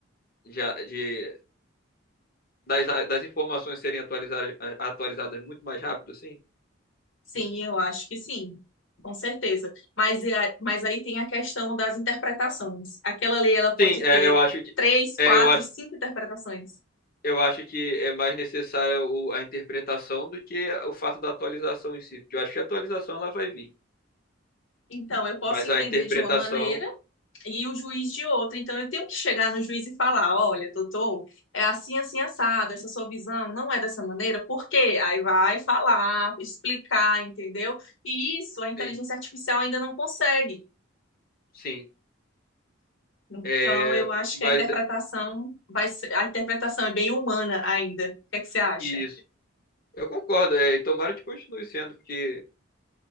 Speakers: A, on the left; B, on the left.
A: de, de- das, das informações serem atualizadas, atualizadas muito mais rápido, assim?
B: Sim, eu acho que sim, com certeza. Mas, e a- mas aí tem a questão das interpretações. Aquela lei, ela pode
A: Sim, é,
B: ter
A: eu acho que
B: três,
A: é,
B: quatro,
A: eu acho,
B: cinco interpretações.
A: eu acho que é mais necessária o- a interpretação do que o fato da atualização em si. Porque eu acho que a atualização ela vai vir,
B: Então, eu posso
A: mas
B: entender
A: a interpretação,
B: de uma maneira e o juiz de outra. Então, eu tenho que chegar no juiz e falar: olha, doutor, é assim, assim, assado, essa sua visão não é dessa maneira, por quê? Aí vai falar, explicar, entendeu? E isso a inteligência
A: sim,
B: artificial ainda não consegue.
A: sim.
B: Então,
A: É,
B: eu acho
A: mas
B: que a interpretação
A: é,
B: vai ser, a interpretação é bem humana ainda. O que é que você acha?
A: isso, eu concordo. É, e tomara que continue sendo, porque